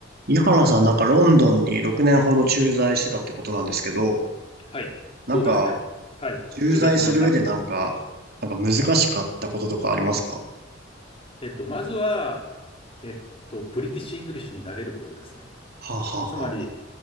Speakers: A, on the right; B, on the left.
A: 井原さん、なんかロンドンに6年ほど駐在してたってことなんですけど、
B: はい。
A: なんか、
B: そうですね。はい。
A: 駐在する上でなんか、
B: 駐在してました。
A: なんか難しかったこととかありますか
B: えっと、まずは、えっと、ブリティッシュ・イングリッシュになれることですね。
A: はあ、はあは
B: つまり、